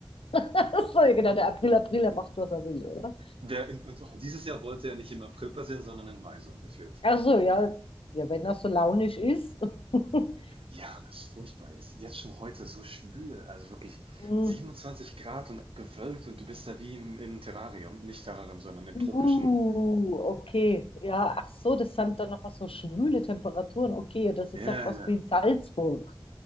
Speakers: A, on the left; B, on the right.
A: <laughs> Ach So, ja, genau, der April, April, er macht, was er will, oder?
B: Der, in- und auch dieses Jahr wollte er nicht im April passieren, sondern im Mai so gefühlt.
A: Achso, ja, ja, wenn er so launisch ist. <laughs>
B: Ja, was furchtbar ist. Jetzt schon heute so schwül, also wirklich
A: Hm.
B: 27 Grad und bewölkt und du bist da wie im, im Terrarium, nicht Terrarium, sondern im
A: Uh,
B: tropischen.
A: okay, ja, ach so, das sind dann noch so schwüle Temperaturen. Okay, ja, das
B: Ja,
A: ist ja fast
B: ja.
A: wie in Salzburg.